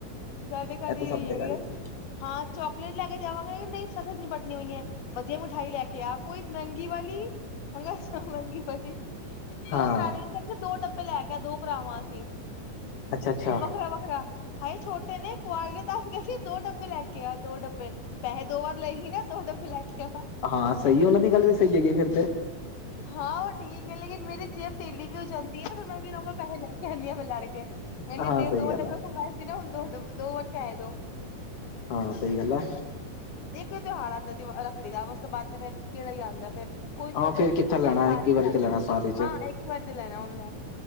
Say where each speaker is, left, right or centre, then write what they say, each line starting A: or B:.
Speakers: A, on the left (about 80°); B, on the left (about 45°).
A: ਸਾਡੇ ਘਰ
B: ਇਹ ਤਾਂ
A: ਹੀ
B: ਸਭ
A: ਹੋਈ
B: ਦੇ ਘਰ
A: ਹੈ
B: ਚ
A: ਹਾਂ ਚੋਕਲੇਟ ਲੈ ਕੇ ਜਾਵਾਂਗੇ ਯਾ ਨਈ ਸਸਤੇ ਚ ਨਿਪਟਣੀ ਪਈ ਏ, ਵਦੀਆ ਮਿਠਾਈ ਲੈ ਕੇ ਆ ਕੋਈ ਮਹਿੰਗੀ ਵਾਲੀ ਹਛ <unintelligible> ਮਹਿੰਗੀ ਬਰਫੀ, ਦੋ
B: ਹਾਂ
A: ਭਰਾ ਨਈ ਕਹਨਗੇ ਦੋ ਡੱਬੇ ਲੈ ਕੇ ਆ ਦੋ ਭਰਾ ਵਾਂ ਅਸੀਂ।
B: ਅੱਛਾ-ਅੱਛਾ।
A: ਵੱਖਰਾ-ਵੱਖਰਾ ਹਾਏ ਛੋਟੇ ਨੇ ਕੁਆਰੇ ਤਾ ਕਿਆ ਸੀ ਦੋ ਡੱਬੇ ਲੈ ਕੇ ਆ, ਦੋ ਡੱਬੇ ਪੈਹੇ ਦੋ ਵਾਰ ਲਹੇ ਹੀ ਨਾ ਦੋ ਡੱਬੇ ਲੈ ਕੇ ਆ।
B: ਹਾਂ ਸਈ ਉਹਨਾਂ ਦੀ ਗੱਲ ਵੀ ਸਈ ਹੈਗੀ ਫੇਰ ਤੇ।
A: ਹਾਂ ਉਹ ਠੀਕ ਏ ਲੇਕਿਨ ਮੇਰੀ ਜੇਬ ਢਿੱਲੀ ਵੀ ਓ ਜਾਂਦੀ ਏਨਾ ਫਿਰ ਮੈਂ ਵੀ ਵੀਰਾ ਕੋਲ ਪੈਹੇ ਲੈ ਕੇ ਆਨੀ ਆ ਫੇਰ ਲੜ ਕੇ। ਕਹਨੀ
B: ਹਾਂ
A: ਆ ਦੇ
B: ਸਹੀ
A: ਦੋ
B: ਗੱਲ
A: ਡੱਬਾ
B: ਹੈ
A: ਮਂਗਵਾਏ ਸੀ ਨਾ ਹੁਣ ਦੋ ਦੋ ਵਾਰ ਪੈਹੇ ਦੋ।
B: ਹਾਂ ਸਈ ਗੱਲ ਐ।
A: ਇੱਕ ਤਿਉਹਾਰ ਆਂਦਾ ਦੀਵਾ ਰੱਖੜੀ ਦਾ, ਉਸ ਤੋਂ ਬਾਦ ਤੇ ਫਿਰ ਕਿਹੜਾ ਈ ਆਂਦਾ ਫਿਰ ਕੋਈ ਤ
B: ਹਾਂ
A: ਆਪਾਂ
B: ਫੇਰ ਕਿੱਥੇ ਲੈਣਾ
A: ਟਿੱਕਾ
B: ਇੱਕ
A: ਆ ਜੇਗਾ
B: ਹੀ ਵਾਰੀ ਤੇ ਲੈਣਾ ਸਾਲ
A: ਹਾਂ ਇੱਕ ਵਾਰੀ ਤੇ ਲੈਣਾ ਹੁੰਦਾ।